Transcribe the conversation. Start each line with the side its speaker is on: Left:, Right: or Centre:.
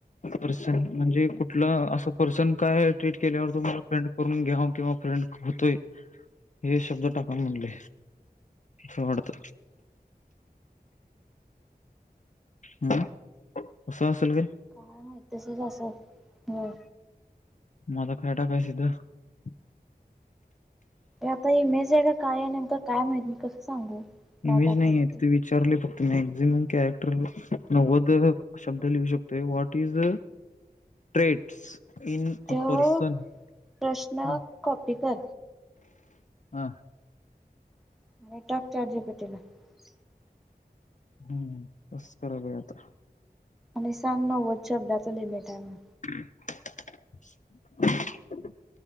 Left: पर्सन म्हणजे कुठलं असं पर्सन काय ट्रीट केल्यावर तुम्हाला फ्रेंड करून घ्या किंवा. होतोय हे शब्द टाकाय म्हणले. स वाडत. हम अस असलं काय
Centre: काय माहती तसंच असलं होय
Left: मग आता काय टाकायचं इथ
Centre: आता इमेज आहे का काय आहे नेमक काय माहित मी कसं सांगू. काय
Left: इमेज
Centre: टाकायचं
Left: नाही आहे ति
Centre: ते
Left: त विचारले फक्त. मॅक्झिमम कॅरेक्टर नव्वद शब्द लिहू शकतो what is traits in a
Centre: तो
Left: पर्सन
Centre: प्रश्न
Left: हा.
Centre: कॉपी कर
Left: हा.
Centre: <unintelligible>
Left: हम्म तसंच कराब आता.
Centre: आणि सांग नववच शब्दाच लिमिट आहे.
Left: <unintelligible>